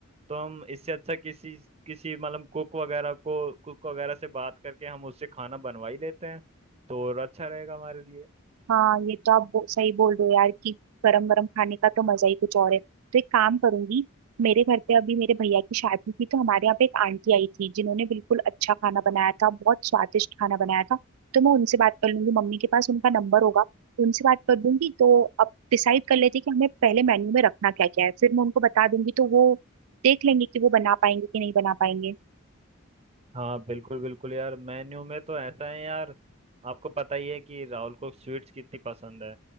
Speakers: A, on the right (about 30°); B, on the right (about 85°).
A: तो हम इससे अच्छा किसी किसी मतलब कुक वगैरह को कुक वगैरह से बात करके हम उससे खाना बनवा ही लेते हैं तो और अच्छा रहेगा हमारे लिए
B: हाँ ये तो आप बो, सही बोल रहे हो यार कि गरम गरम खाने का तो मजा ही कुछ और है तो एक काम करूंगी मेरे घर पे अभी मेरे भैया की शादी थी तो हमारे यहाँ पे एक आंटी आई थी जिन्होंने बिल्कुल अच्छा खाना बनाया था बहुत स्वादिष्ट खाना बनाया था तो मैं उनसे बात कर लूंगी मम्मी के पास उनका नंबर होगा उनसे बात कर दूंगी तो अब डिसाइड कर लेते हैं कि हमें पहले मेन्यू में रखना क्या क्या है फिर मैं उनको बता दूंगी तो वो देख लेंगे कि वो बना पाएंगे कि नहीं बना पाएंगे
A: हाँ बिल्कुल बिल्कुल यार मेन्यू में तो ऐसा है यार आपको पता ही है कि राहुल को स्वीट्स कितनी पसंद है